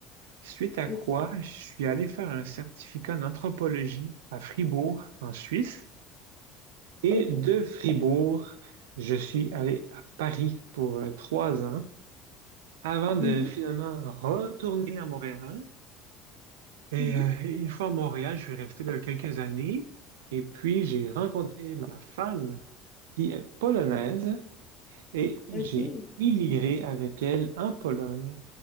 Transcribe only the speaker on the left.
Ok,
ok,
Mhm.
mhm,
ok.
C'est Ouais. bon.